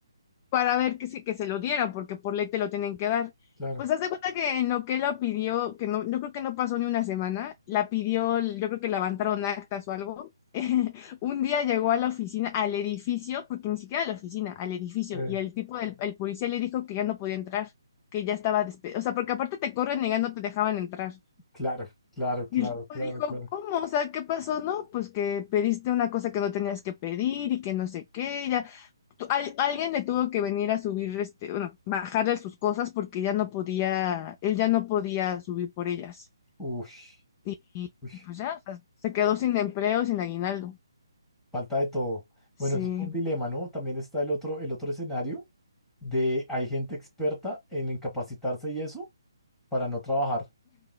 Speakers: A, on the left; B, in the centre.
A: para ver que se, que se lo dieran, porque por ley te lo tienen que dar.
B: claro.
A: Pues haz de cuenta que en lo que la pidió, que no, yo creo que no pasó ni una semana, la pidió, yo creo que la levantaron actas o algo. <laughs> Un día llegó a la oficina, al edificio, porque ni siquiera a la oficina, al edificio,
B: eh,
A: y el tipo del el policía le dijo que ya no podía entrar, que ya estaba despedido. O sea, porque aparte te corren y ya no te dejaban entrar.
B: claro, claro, claro,
A: Y el tipo
B: claro,
A: dijo,
B: claro.
A: ¿cómo? O sea, ¿qué pasó? No, pues que pediste una cosa que no tenías que pedir y que no sé qué, ya tu- al- alguien le tuvo que venir a subir, este, bueno, bajarle sus cosas porque ya no podía, él ya no podía subir por ellas.
B: Ush,
A: Y, y-
B: ush.
A: y pues ya, o sea, se quedó sin empleo, sin aguinaldo.
B: Falta de todo.
A: Sí.
B: Bueno, eso fue un dilema, ¿no? También está el otro, el otro escenario de hay gente experta en incapacitarse y eso para no trabajar.